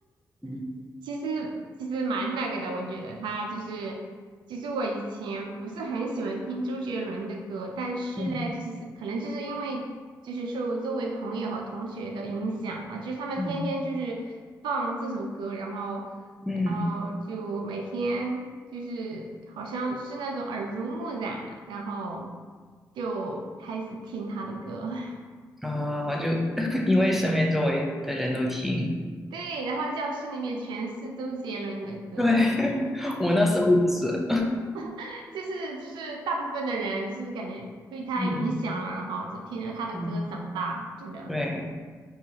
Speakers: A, in the centre; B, on the right.
A: 嗯
B: <laughs> 其实其实蛮那个的，我觉得他就是，其实我以前不是很喜欢听周杰伦的歌，但是呢，
A: 嗯
B: 就是可能就是因为就是受周围朋友和同学的影响啊，就是他们天天就是放这首歌，
A: 嗯
B: 然后
A: 嗯，
B: 然后就每天就是好像是那种耳濡目染的，然后就开始听他的歌，<laughs>
A: 啊、就 <laughs> 因为身边周围的人都听，
B: 对，然后教室里面全是周杰伦的歌，
A: 对 <laughs> 我那时候也是，
B: <laughs> 就是就是大部分的人就是感觉被他影响了，
A: 嗯
B: 然后就听着他的歌长大，
A: 嗯，
B: 真的。
A: 对，